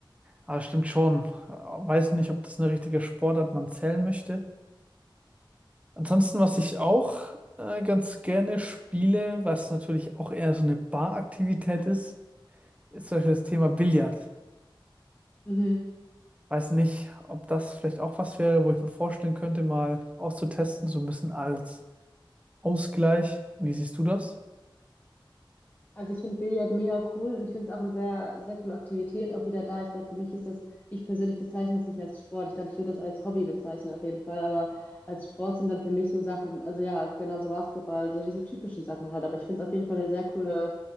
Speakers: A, on the right; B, on the left.
A: Aber stimmt schon. Äh, Weiß nicht, ob das eine richtige Sportart man zählen möchte. Ansonsten, was ich auch äh, ganz gerne spiele, was natürlich auch eher so eine Baraktivität ist, ist zum Beispiel das Thema Billard.
B: Mhm.
A: Ich weiß nicht, ob das vielleicht auch was wäre, wo ich mir vorstellen könnte, mal auszutesten, so ein bisschen als Ausgleich. Wie siehst du das?
B: Also ich finde Billard mega cool und ich finde es auch eine sehr, sehr coole Aktivität, auch wieder da. Ich glaube, für mich ist das, ich persönlich bezeichne das nicht als Sport. Ich glaube, ich würde das als Hobby bezeichnen auf jeden Fall, aber als Sport sind dann für mich so Sachen, also ja, genau so Basketball, so diese typischen Sachen halt. Aber ich finde es auf jeden Fall eine sehr coole,